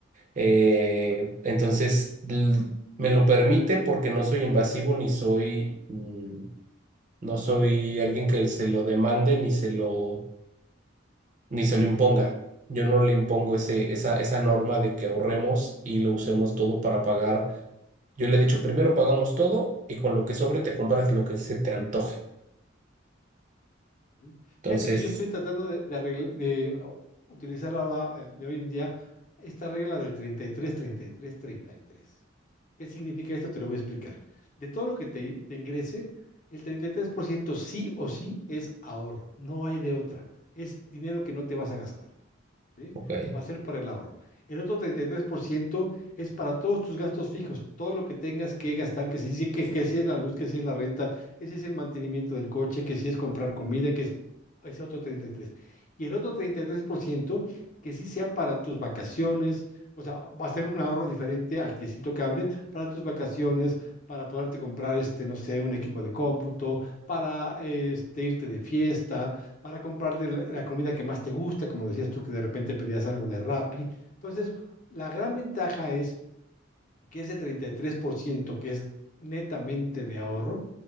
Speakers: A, on the right; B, on the left.
A: Eh, entonces, l- me lo permite porque no soy invasivo ni soy... mm, No soy alguien que se lo demande ni se lo, ni se lo imponga. Yo no le impongo ese, esa, esa norma de que ahorremos y lo usemos todo para pagar. Yo le he dicho, primero pagamos todo y con lo que sobre te compras lo que se te antoje.
B: Sí.
A: Entonces,
B: Fíjate que yo estoy tratando de, de, arregla- de, o, utilizar ahora, eh, de hoy en día esta regla del treinta treinta y y tres treinta y tres treinta y tres. ¿Qué significa esto? Te lo voy a explicar. De todo lo que te, te ingrese, el 33% sí o sí es ahorro, no hay de otra. Es dinero que no te vas a gastar. ¿sí?
A: ok.
B: Va a ser para el ahorro. El otro 33% es para todos tus gastos fijos, todo lo que tengas que gastar, que, se que, que si es la luz, que si es la renta, que si es el mantenimiento del coche, que si es comprar comida, que es ese otro treinta Y tres. Y el otro 33% que sí sea para tus vacaciones, o sea, va a ser un ahorro diferente al que es intocable, para tus vacaciones, para poderte comprar, este, no sé, un equipo de cómputo, para este, irte de fiesta, para comprarte la la comida que más te gusta, como decías tú que de repente pedías algo de Rappi. Entonces, la gran ventaja es que ese 33%, que es netamente de ahorro,